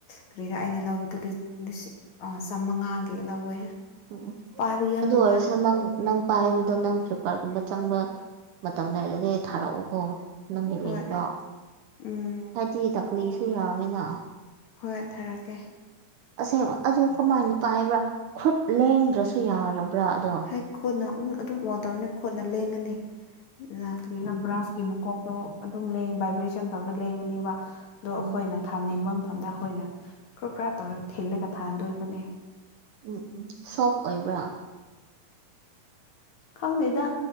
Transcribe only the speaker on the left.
ꯀꯔꯤꯔ ꯑꯩꯅ ꯂꯧꯕꯗꯨ ꯂꯤꯁꯤꯡ ꯑꯥ ꯆꯥꯃꯉꯥꯒꯤ ꯀ ꯂꯧꯋꯦ
ꯄꯥꯏꯕ ꯌꯥꯝ
ꯅꯨꯡꯉꯥꯏ
ꯍꯣꯏ
ꯎꯝ
ꯍꯣꯏ ꯊꯔꯛꯀꯦ
ꯍꯦꯛ ꯈꯣꯠꯅ ꯑꯗꯨ ꯑꯗꯨꯝ ꯑꯣꯟꯗꯧꯔꯅꯤ ꯈꯣꯠꯅ ꯂꯦꯡꯉꯅꯤ ꯂꯥꯛꯇ꯭ꯅ ꯕ꯭ꯔꯥꯁꯀꯤ ꯃꯀꯣꯛꯇꯣ ꯑꯗꯨꯝ ꯂꯦꯡ ꯚꯥꯏꯕ꯭ꯔꯦꯁꯟ ꯇꯧꯔꯒ ꯂꯦꯡꯉꯅꯤꯕ ꯑꯗꯣ ꯑꯩꯈꯣꯏꯅ
ꯊꯝꯅꯤꯡꯕ ꯃꯐꯝꯗ ꯑꯩꯈꯣꯏꯅ ꯀ꯭ꯔ ꯈ꯭ꯔ ꯇꯧꯔꯒ ꯊꯤꯜꯂꯒ ꯊꯥꯗꯣꯏꯕꯅꯦ
ꯈꯪꯗꯦꯗ